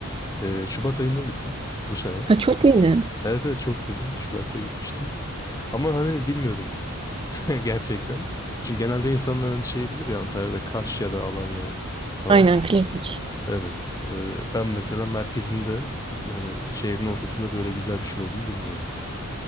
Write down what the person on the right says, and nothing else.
Ha çok yeni.
Aynen klasik.